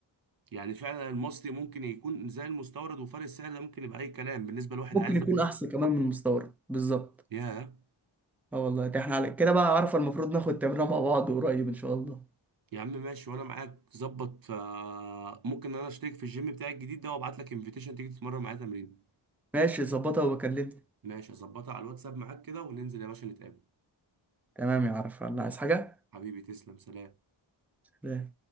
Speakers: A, on the right; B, in the centre.
A: يعني فعلا المصري ممكن يكون زي المستورد وفرق السعر ده ممكن يبقى اي كلام بالنسبة لواحد
B: ممكن
A: عايز
B: يكون
A: ياخد
B: احسن كمان من المستورد بالظبط
A: ياه
B: اه والله ده احنا على كده بقى عارفه المفروض ناخد تمرينه مع بعض قريب ان شاء الله
A: يا عم ماشي وانا معاك ظبط فممكن انا اشترك في الجيم بتاعي الجديد ده وابعت لك انفيتيشن تيجي تتمرن معايا تمرين
B: ماشي ظبطها وبكلمك
A: ماشي هظبطها على الواتساب معاك كده وننزل يا باشا نتقابل
B: تمام يا عرفة الله عايز حاجة؟
A: حبيبي تسلم سلام
B: لا.